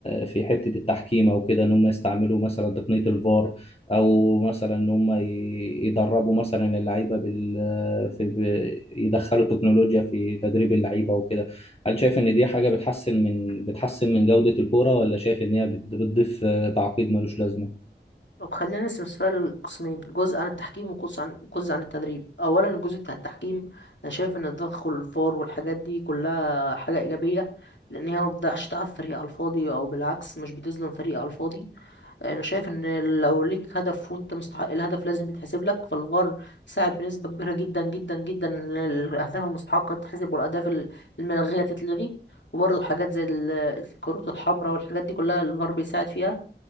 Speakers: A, on the left; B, on the left.
A: في حته التحكيم او كده ان هم يستعملوا مثلا تقنيه الفار او مثلا ان هم ي- يدربوا مثلا اللعيبه بال في ب- يدخلوا تكنولوجيا في تدريب اللعيبه وكده هل شايف ان دي حاجه بتحسن من بتحسن من جوده الكوره ولا شايف ان هي بت- بتضيف تعقيد ملوش لازمه
B: طب خلينا نقسم السؤال لقسمين جزء عن التحكيم وجزء عن جزء عن التدريب اولا الجزء بتاع التحكيم انا شايف ان تدخل الفار والحاجات دي كلها حاجه ايجابيه لان هي ما بتضيعش تعب فريق على الفاضي او بالعكس مش بتظلم فريق على الفاضي انا شايف ان لو ليك هدف وانت مستحق الهدف لازم يتحسب لك فالفار ساعد بنسبه كبيره جدا جدا جدا ان الاهداف المستحقه تتحسب والاهداف ال- الملغيه تتلغي وبرضه حاجات زي ال- الكروت الحمراء والحاجات دي كلها الفار بيساعد فيها